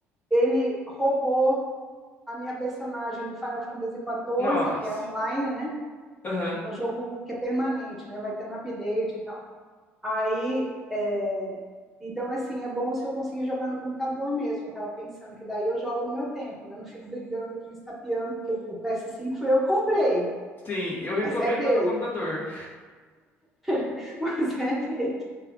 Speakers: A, in the centre; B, on the left.
A: Ele roubou a minha personagem do Final Fantasy XIV,
B: Nossa.
A: que é online, né?
B: Aham.
A: É um jogo que é permanente, né? Vai tendo update e tal. Aí, é, então, assim, é bom se eu conseguir jogar no computador mesmo. Eu estava pensando que daí eu jogo no meu tempo, né? Não fico brigando aqui, me estapeando, porque o o PS5 foi eu que comprei,
B: Sim, eu recomendo
A: mas é dele,
B: no computador.
A: <laughs> mas é dele,